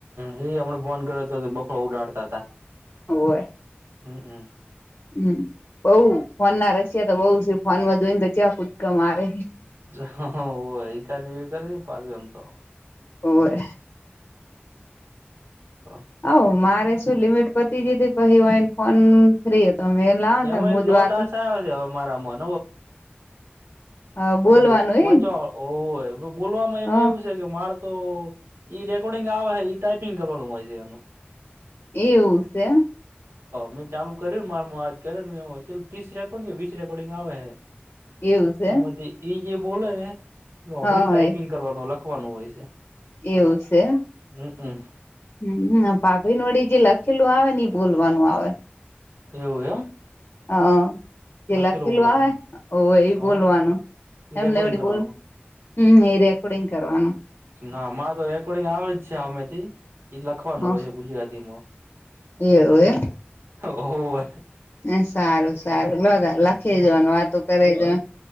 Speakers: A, on the right; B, on the left.
A: જેદી આપણાન ફોન કર્યોતો તેદિ બખો ઉડાડતા હતા.
B: હોવે.
A: હું હું.
B: હમ્મ બઉ ફોનના રશિયા તો બઉ સે ફોનમાં જોઈને તો ચેવા કુદકા મારે‌.
A: જે એકાદું કરી પાછુ એમ તો.
B: હોવે.
A: કોન.
B: હવ મારે શું લિમિટ પતી જીતી પસી વાણ. ફોન કરીએ તો અમે વેલા હતા
A: એમાં
B: મુજ
A: એક નવો
B: વાત.
A: ટાસ્ક આવ્યો છે હવે મારામાં
B: <unintelligible> બોલવાનું
A: ઓલુ વોચવા
B: એ
A: હોવે બોલવામાં એમાં
B: હ
A: એવું સે. ‌એક માર તો ઈ રેકોર્ડિંગ આવે હે ટાઈપિંગ કરવાનું હોય છે એનું.
B: એવું સે એમ.
A: મુ ચાલુ કર્યુંન મારમ આજ કર્યોએ કેટ ત્રીસ રેકોર્ડિંગ કે વીસ રેકોર્ડિંગ આવે હે.
B: એવું છે
A: એમાંથી ઇ જે બોલે હે એ હોભળીને
B: હા
A: ટાઈપિંગ
B: હોય
A: કરવાનું લખવાનું હોય છે.
B: એવું છે.
A: હુ
B: હમ માર ભાભી ને વડી જે લખેલું આવે ઈ બોલવાનું આવે.
A: એવું એમ?
B: હા જે
A: લખેલું
B: લખીલુ
A: બોલવાનું
B: આવે હોવે ઈ
A: હ
B: બોલવાનું
A: ઈ
B: એમનેવડી
A: રેકોર્ડિંગ કરવાનું
B: બોલ હમ એ રેકોર્ડિંગ કરવાનું
A: ના મારે તો રેકોર્ડિંગ આવે જ છે. હામેથી એ લખવાનું
B: હ
A: હોય હે ગુજરાતીમાં.
B: એવું એ
A: ઓ હોવે.
B: એ સારું સારું લો અગ લખી દેવાનું વાતો કરી દેવા.